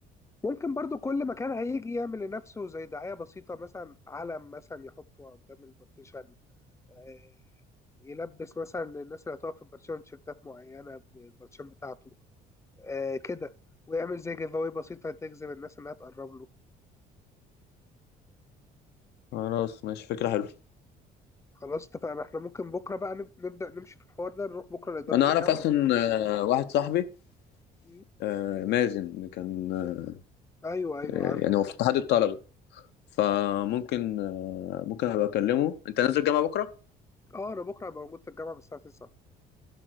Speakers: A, on the left (about 15°); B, on the left (about 80°).
A: ممكن برضو كل مكان هيجي يعمل لنفسه زي دعايه بسيطه مثلا علم مثلا يحطه قدام البارتيشن آه، يلبس مثلا للناس اللي هتقف في البارتيشن تيشيرتات معينه بالبارتيشن بتاعته آه، كده ويعمل زي جيف اواي بسيطه تجذب الناس انها تقرب له
B: خلاص ماشي فكرة حلوة
A: خلاص اتفقنا احنا ممكن بكره بقى نب- نبدا نمشي في الحوار ده نروح بكره لاداره
B: انا اعرف
A: الجامعه
B: اصلا آه، واحد صاحبي
A: مم.
B: آه، مازن كان آه،
A: ايوه ايوه
B: يعني
A: عارفه
B: هو في اتحاد الطلبة فممكن آه، ممكن ابقى اكلمه انت نازل جامعة بكرة
A: اه انا بكره هبقى موجود في الجامعه من الساعه 9